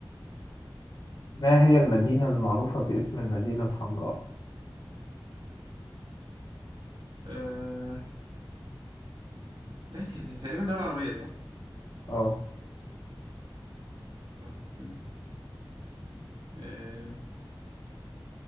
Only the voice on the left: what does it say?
ما هي المدينة المعروفة باسم المدينة الحمراء؟
اه